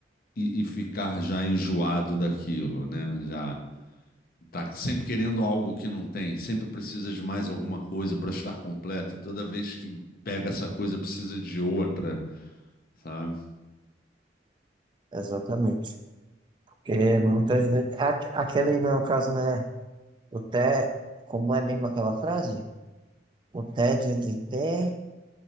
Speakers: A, on the left; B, on the right.
A: e, e ficar já enjoado daquilo, né? Já tá sempre querendo algo que não tem, sempre precisa de mais alguma coisa para estar completo, e toda vez que pega essa coisa precisa de outra, sabe?
B: Exatamente. Porque muitas vezes, aque- aquele no caso, né, o té, como é mesmo aquela frase? O tédio de ter,